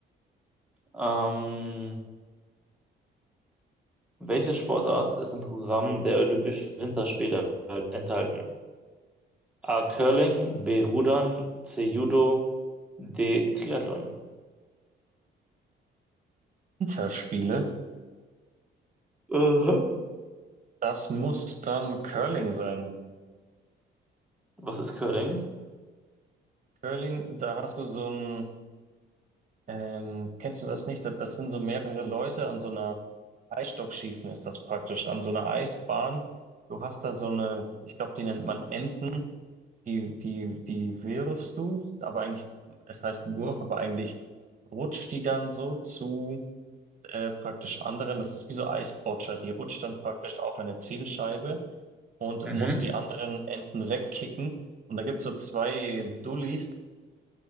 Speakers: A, in the centre; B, on the right (about 40°).
A: Ähm, welche Sportart ist im Programm der Olympischen Winterspiele halt enthalten? A. Curling, B. Rudern, C. Judo, D. Triathlon.
B: Winterspiele.
A: Aha.
B: Das muss dann Curling sein.
A: Was ist Curling?
B: Curling, da hast du so ein, ähm, kennst du das nicht? Das das sind so mehrere Leute an so einer Eisstockschießen ist das praktisch, an so einer Eisbahn. Du hast da so eine, ich glaube, die nennt man Enten, die, die, die wirfst du, aber eigentlich, es heißt Wurf, aber eigentlich rutscht die dann so zu äh, praktisch anderen, das ist wie so Eisbotscher, die rutscht dann praktisch auf eine Zielscheibe und
A: Mhm.
B: muss die anderen Enten wegkicken. Und da gibt es so zwei Dullis